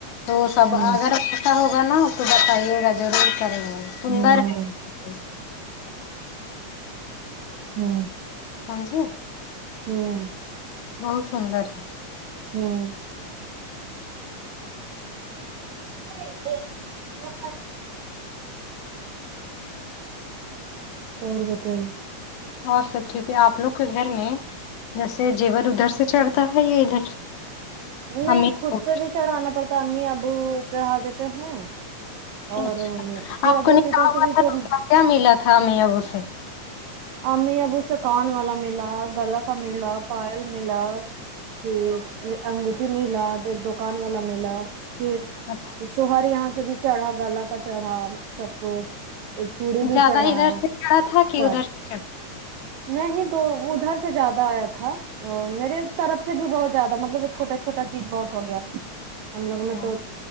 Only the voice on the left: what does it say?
تو سب
اگر ایسا ہوگا نا تو بتائیے گا ضرور کریں گے سندر
ہے
ہاں جی
بہت سندر ہے
اور سب ٹھیک ہے آپ لوگ کے گھر میں جیسے جیور ادھر سے چڑھتا ہے یا ادھر سے
امی
کو
اچھا
آپ
کا نکاح
ہوا
تھا
تو کیا کیا ملا تھا امی ابو سے
اچھا
زیادہ
ادھر سے چڑھا تھا کہ
ادھر سے
چڑھا